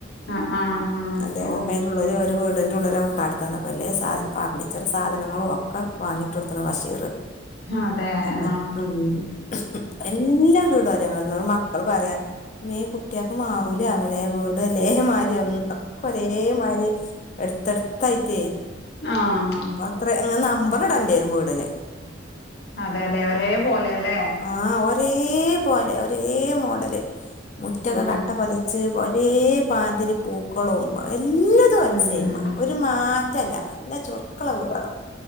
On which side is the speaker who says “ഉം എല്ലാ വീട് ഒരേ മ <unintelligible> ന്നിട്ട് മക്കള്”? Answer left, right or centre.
Left